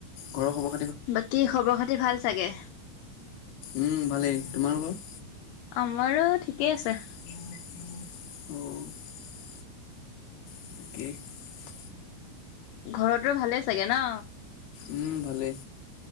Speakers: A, on the left (about 60°); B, on the left (about 80°).
A: ঘৰৰ খব।
B: বাকী খবৰ খাতি ভাল চাগে।
A: উম ভালেই তোমাৰ লগৰ
B: আমাৰো ঠিকেই আছে।
A: <inaudible> <inaudible>
B: ঘৰতো ভালে চাগে ন
A: উম ভালেই